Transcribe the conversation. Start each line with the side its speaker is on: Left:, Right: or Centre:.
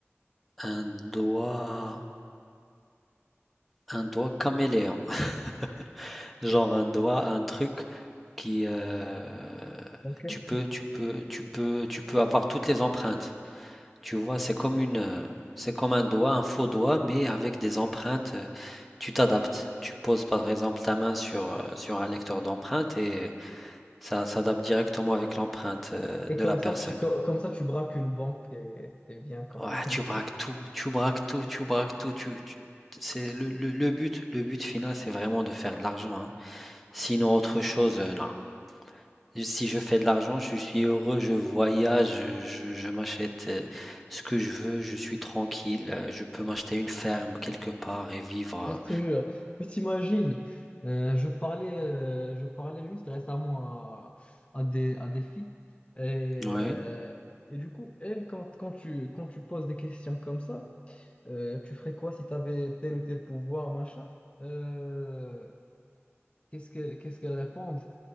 Centre: un doigt un doigt caméléon. <laughs> Genre un doigt, un truc qui euh,
Left: ok.
Centre: tu peux tu peux tu peux tu peux avoir toutes les empreintes. Tu vois, c'est comme une, euh, c'est comme un doigt, un faux doigt, mais avec des empreintes. euh, Tu t'adaptes. Tu poses par exemple ta main sur, euh, sur un lecteur d'empreintes et ça s'adapte directement avec l'empreinte euh,
Left: Et
Centre: de
Left: comme
Centre: la personne.
Left: ça, tu, co- comme ça, tu braques une banque et t'es bien, quoi.
Centre: Ouais,
Left: <laughs>
Centre: tu braques tout, tu braques tout, tu braques tout. Tu, tu- C'est le, le- le but, le but final, c'est vraiment de faire de l'argent. hein. Sinon, autre chose, euh, non. Je- Si je fais de l'argent, je suis heureux, je voyage, je, je je m'achète euh, ce que je veux, je suis tranquille, euh, je peux m'acheter une ferme quelque part et vivre.
Left: Je te jure. Mais t'imagines, euh, je parlais, euh, je parlais juste récemment à, à des, à des filles. Et, euh,
Centre: euh. Ouais,
Left: et du coup, elles, quand, quand tu, quand tu poses des questions comme ça, euh, tu ferais quoi si tu avais tel ou tel pouvoir, machin? Euh, qu'est-ce que, qu'est-ce qu'elles répondent?